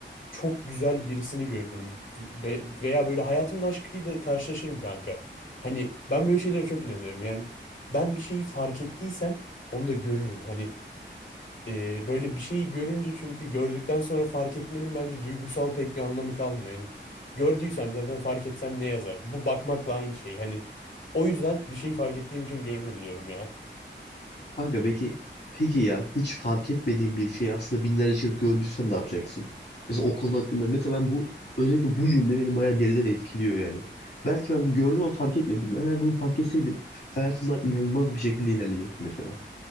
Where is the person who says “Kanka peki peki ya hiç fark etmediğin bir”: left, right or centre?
Left